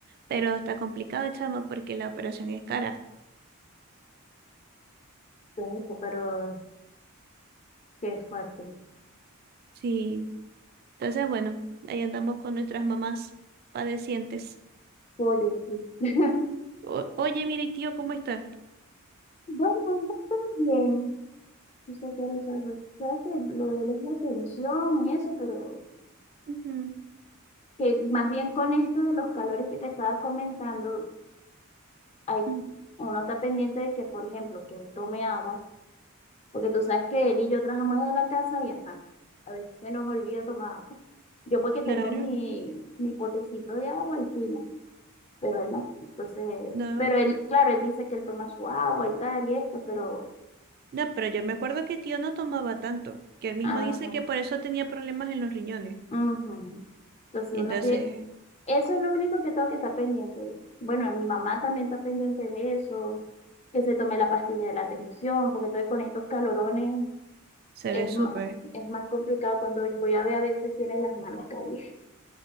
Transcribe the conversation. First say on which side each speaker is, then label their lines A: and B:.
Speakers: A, on the right (about 45°); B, on the left (about 30°).
A: pero está complicado, chama, porque la operación es cara.
B: claro, Pero qué fuerte.
A: Sí, entonces bueno, ahí andamos con nuestras mamás padecientes.
B: Pollo, sí. <laughs>
A: O- Oye, mire, ¿y tío, ¿cómo está?
B: Bueno, no está bien. Yo sé que lo sabes. Claro que lo de él es la tensión y eso, pero
A: Ujú,
B: que más bien con esto de los calores que te estaba comentando, hay,
A: ujú,
B: uno está pendiente de que, por ejemplo, que él tome agua Porque tú sabes que él y yo trabajamos en la casa y ajá, a veces se nos olvida tomar agua. Yo porque tengo
A: Claro,
B: mi, mi potecito de agua y fino, pero él no. Entonces,
A: no,
B: pero él,
A: no,
B: claro, él dice que él toma su agua y tal y esto, pero
A: no, pero yo me acuerdo que tío no tomaba tanto, que él mismo
B: ajá,
A: dice que por eso tenía problemas en los riñones.
B: ajá. Entonces
A: Entonces
B: uno tiene, eso es lo único que tengo que estar pendiente de. Bueno, mi mamá también está pendiente de eso, que se tome la pastilla de la tensión, porque estoy con estos calorones,
A: se
B: es
A: le sube.
B: más, es más complicado cuando voy a ver a veces tiene las manos calientes.